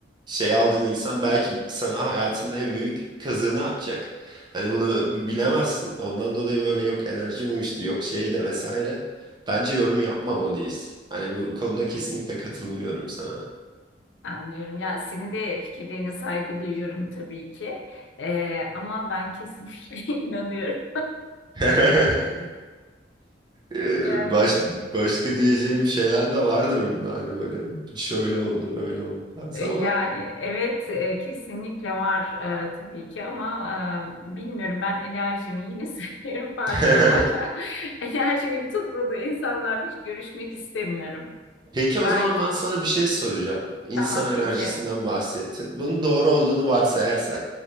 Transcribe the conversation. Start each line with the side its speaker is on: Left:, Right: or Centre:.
Right: şey aldığın insan belki sana hayatında en büyük kazığını atacak. Hani bunu bilemezsin. Ondan dolayı böyle yok enerjim uyuştu, yok şeyle vesaire. Bence yorum yapmamalıyız. Hani bu konuda kesinlikle katılmıyorum sana.
Left: Anlıyorum. Ya senin de fikirlerine saygı duyuyorum tabii ki. E, ama ben kesinlikle <laughs> inanıyorum.
Right: <laughs> Ee,
Left: Yani
Right: Baş, başka diyeceğim şeyler de vardır bunda hani böyle şöyle oldu böyle oldu tarzı
Left: E, Yani
Right: ama
Left: evet e, kesinlikle var e, tabii ki ama e, bilmiyorum ben enerjimi yine <laughs> söylüyorum pardon
Right: <laughs>
Left: ama <laughs> enerjimin tutmadığı insanlarla hiç görüşmek istemiyorum.
Right: peki o
Left: Ben
Right: zaman ben sana bir şey soracağım. İnsan
Left: tamam peki
Right: enerjisinden bahsettin. Bunun doğru olduğunu varsayarsak